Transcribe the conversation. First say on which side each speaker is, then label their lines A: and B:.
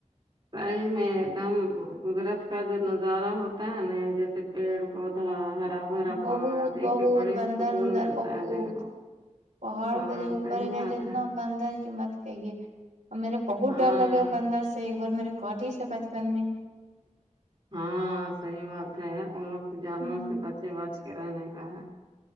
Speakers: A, on the right; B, on the right.
A: سہی میں ایک دم قدرت کا جو نظارہ ہوتا ہے نا جیسے پیڑ پودا ہرا بھرا
B: بہت
A: پہاڑ دیکھ
B: بہت
A: کے بڑی
B: بندر
A: سکون
B: اندر
A: ملتا
B: بہت
A: ہے دل کو
B: پہاڑ
A: ہاں
B: پہ جب اوپر
A: صحیح
B: گئے
A: بات
B: تو اتنا
A: ہے
B: بندر کی مت کہیے اور میرے بہت
A: ہاں
B: ڈر لگا ہے بندر سے ایک بار میرے کاٹی سے بچپن میں
A: ہاں صحیح بات ہے ان لوگ تو جانور
B: ہوں
A: سے بچے بچ کے رہنے کا ہے